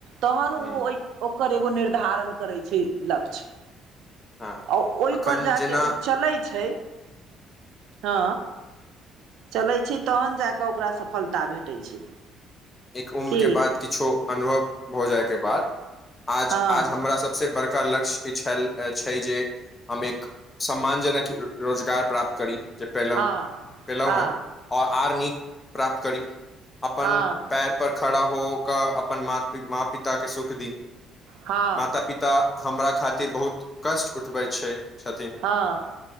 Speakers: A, on the right; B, on the left.
A: तहन ऊ
B: ह
A: ओइ ओकर एगो निर्धारण करै छै लक्ष्य
B: हँ
A: आ ओहि
B: अखन
A: पर जा
B: जेना
A: कऽ ओ चलै छै हँ चलैई छै तखन जा कऽ ओकरा सफलता भेटै छै
B: एक उम्र
A: की
B: के बाद किछु अनुभव हो जाय के बाद आज
A: हँ
B: आज हमरा सब से बड़का लक्ष्य ई छल ए छइ जे हम एक सम्मान जनक रोजगार प्राप्त करी जे पैलो
A: हँ
B: पैलोहेँ
A: हँ
B: ओर आर नीक प्राप्त करी अपन
A: हँ
B: पैर पर खड़ा हो क अपन माँ पिता के सुख दी
A: हँ हँ
B: माता पिता हमरा खातिर बहुत कष्ट उठबे छए छथिन
A: हँ